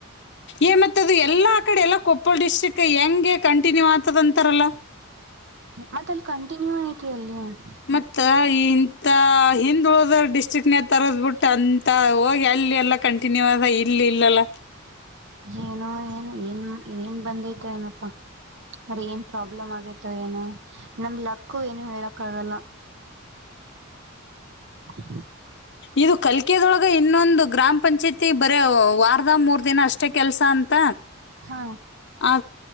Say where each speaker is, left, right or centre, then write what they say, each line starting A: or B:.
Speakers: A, on the left; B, on the right.
A: ಏ ಮತ್ತ ಅದು ಎಲ್ಲಾ ಕಡೆ ಎಲ್ಲ ಕೊಪ್ಪಳ ಡಿಸ್ಟ್ರಿಕ್ ಹೆಂಗೆ ಕಂಟಿನ್ಯೂ ಆಗ್ತದ ಅಂತಾರಲ್ಲ.
B: ಮತ್ತ ಅಲ್ಲಿ ಕಂಟಿನ್ಯೂ ಐತಿ ಅಲ್ಲಿ ಉಂಟ.
A: ಮತ್ತ ಇಂತ ಹಿಂದ ಉಳದ ಡಿಸ್ಟ್ರಿಕ್ನ ತರದ್ಬಿಟ್ಟ ಅಂತ ಹೋಗಿ. ಲ್ಲಿ ಎಲ್ಲ ಕಂಟಿನ್ಯೂ ಅ ಇಲ್ಲಿ ಇಲ್ಲಲ್ಲ.
B: ಏನೋ ಏನ್ ಏನ್ ಏನ್ ಬಂದೈತ ಏನಪ್ಪಾ. ಅ್ರ ಏನ್ ಪ್ರಾಬ್ಲಮ್ ಆಗೇತ ಏನು ನಮ್ ಲಕ್ಕು ಏನು ಹೇಳಕ್ ಆಗಲ್ಲ. ಹ್ಮ
A: ಇದು ಕಲ್ಕದೊಳಗೆ ಇನ್ನೊಂದು ಗ್ರಾಮ ಪಂಚಾಯತಿ ಬರ ವಾರದ ಮೂರು ದಿನ ಅಷ್ಟೇ ಕೆಲಸ ಅಂತ.
B: ಹಾ
A: ಅ